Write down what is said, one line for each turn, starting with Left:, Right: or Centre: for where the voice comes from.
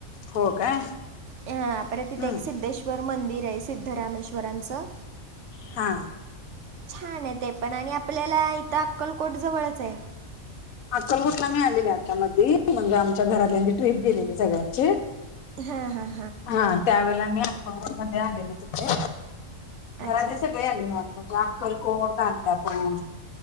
Left: हो काय
Right: यहां पर
Left: हम्म
Right: तिथे एक सिद्धेश वर मंदिरेयं सिद्धरामेश्वराचं
Left: हां
Right: छान‌ये ते पण आणि आपल्याला इथं आक्कलकोट जवळचेयं.
Left: आक्कलकोटला मी आलेले आत्ता मध्यी म्हणजे आमच्या घरात त्यांची ट्रिप गेलीली सगळ्यांची
Right: हां हां
Left: हां त्यावेळेला मी आक्कलकोट मध्ये आलेले तिथे घरातले
Right: अच्छा
Left: सगळे आले म्हण म्हणजे आक्कलकोट, गाणंगापूर